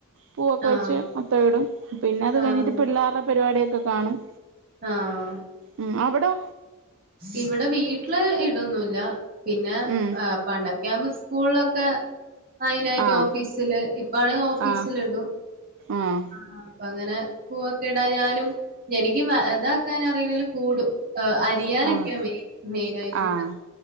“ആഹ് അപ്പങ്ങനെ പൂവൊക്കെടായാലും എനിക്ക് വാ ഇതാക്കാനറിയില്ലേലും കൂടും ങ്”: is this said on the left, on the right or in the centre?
Right